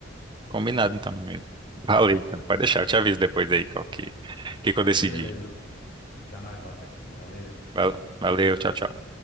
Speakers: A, on the right; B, on the left.
A: combinado então, meu amigo. Valeu, então. Pode deixar, eu te aviso depois aí qual que, que que eu decidi.
B: Pois beleza, vou ficar na guarda aqui. Valeu.
A: Valeu, valeu, tchau, tchau.